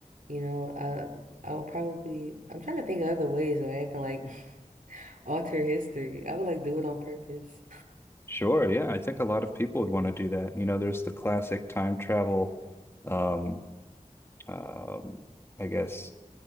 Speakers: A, on the right (about 80°); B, on the left (about 20°).
A: you know, uh, I would probably. I'm trying to think of other ways that I can like <laughs> alter history. I would like do it on purpose.
B: Sure, yeah, I think a lot of people would want to do that. You know, there's the classic time travel, um, um, I guess,